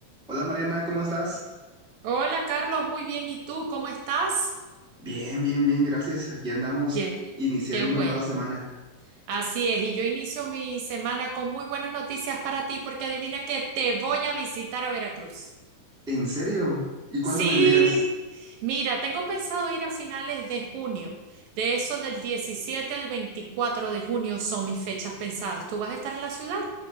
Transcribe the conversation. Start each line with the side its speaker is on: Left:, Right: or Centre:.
Centre: Hola Mariana, ¿cómo estás?
Right: Hola Carlos, muy bien. ¿Y tú cómo estás?
Centre: Bien, bien, bien, gracias. Aquí andamos
Right: Qué,
Centre: iniciando
Right: qué bueno.
Centre: una nueva semana.
Right: Así es, y yo inicio mi semana con muy buenas noticias para ti porque adivina que te voy a visitar a Veracruz.
Centre: ¿En serio? ¿Y cuándo
Right: Sí,
Centre: vendrías?
Right: mira, tengo pensado ir a finales de junio. De eso del 17 al 24 de junio son mis fechas pensadas. ¿Tú vas a estar en la ciudad?